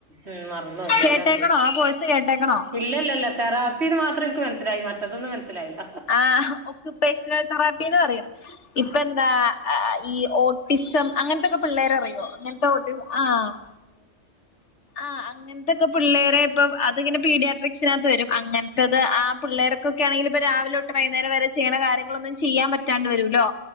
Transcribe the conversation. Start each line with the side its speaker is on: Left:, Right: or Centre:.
Right: ഉം മറന്നു പോയി ഞാനെ
Left: കേട്ടേക്കണോ ആ കോഴ്സ് കേട്ടേക്കണോ
Right: ഇല്ലല്ലല്ലാ തെറാപ്പീന്ന് മാത്രം ഇൻക്ക് മൻസ്സ്ലായി മറ്റതൊന്നും മൻസ്സ്ലായില്ല
Left: ആഹ് ഒക്കുപേഷ്ണൽ തെറാപ്പീന്ന് പറയും ഇപ്പെന്താ ആഹ് ഈ ഓട്ടിസം അങ്ങൻത്തൊക്കെ പിള്ളേരെ അറി യോ അങ്ങെൻത്തെ ഓട്ടി ആഹ് ആഹ് അങ്ങെൻത്തെക്കെ പിള്ളേരെ ഇപ്പം അ ത്ങ്ങെനെ പീഡിയാട്രിക്ഷനാത്ത് വെരും അങ്ങൻത്തത് ആ പിള്ളേർക്കൊക്കെ ആണെങ്കില് ഇപ്പ രാവിലോട്ട് വൈക്ന്നേരം വെരെ ചെയ്യ്ണ കാര്യങ്ങളൊന്നും ചെയ്യാം പറ്റാണ്ട് വരൂല്ലോ